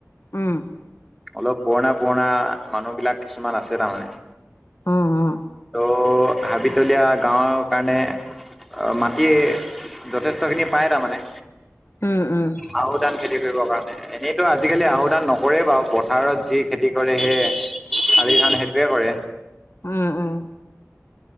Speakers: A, on the left; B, in the centre.
A: উম
B: অলপ পুৰণা পুৰণা মানুহ বিলাক কিছুমান আছে তাৰমানে।
A: অ অ
B: ত' হাবিতলীয়া গাঁৱৰ কাৰণে মাটি যথেষ্টখিনি পায় তাৰমানে
A: ওম উম
B: আহু ধান খেতি কৰিবৰ কাৰণে। এনেইতো আজিকালি আহু ধান নকৰে বাৰু পথাৰত যি খেতি কৰে সেয়ে শালিধান সেইটোৱে কৰে।
A: উম, উম।